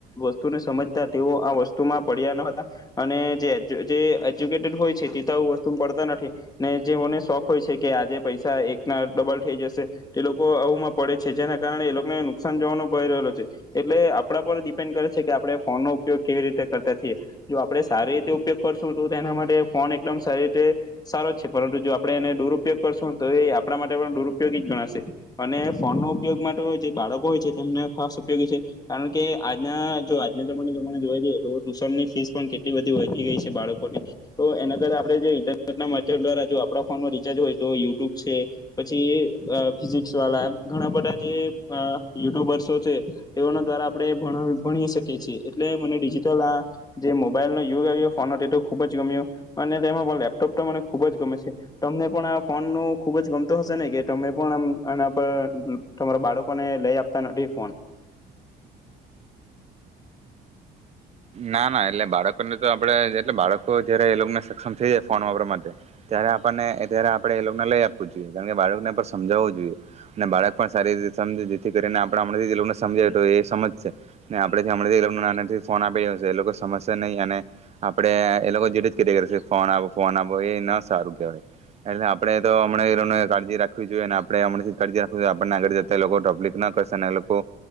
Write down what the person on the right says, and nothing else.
ના ના એટલે બાળકોને તો આપડે એટલે બાળકો જયારે એ લોકોને સક્ષમ થઈ જાય ફોન વાપરવા માટે ત્યારે આપણને્યારે આપણે એ લોકોને લઈ આપવું જોઈએ કારણ કે બાળકને પણ સમજાવવું જોઈએ અને બાળક પણ સારી રીતે સમજ જેથી કરીને આપે હમણાંથીને સમજાવે તો એ સમજ છે આપડેથી હમણાં નાથી ફોન આપી રહ હશે એ લોકો સમજશે નહીં અને આપડે એ લોકો જે રી જ કે ફોન આપો ફોન આપો એ ન સારું કેહેવાય એટલે આપડે તો હમણાં કાજી રાખવી જોઈએ ને આપડે હમણાં કાજી રાખ જોઈએ આપણને આગળ જતા એ લોકો ટોપ્લિક ના કરશે એ લોકો